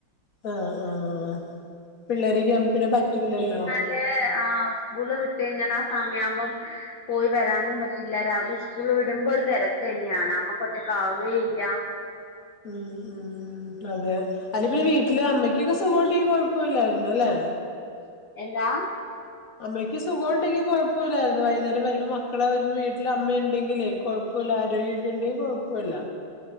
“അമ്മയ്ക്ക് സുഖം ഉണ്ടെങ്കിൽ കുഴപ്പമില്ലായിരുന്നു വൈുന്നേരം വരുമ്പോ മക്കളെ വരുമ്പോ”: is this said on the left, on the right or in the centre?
Left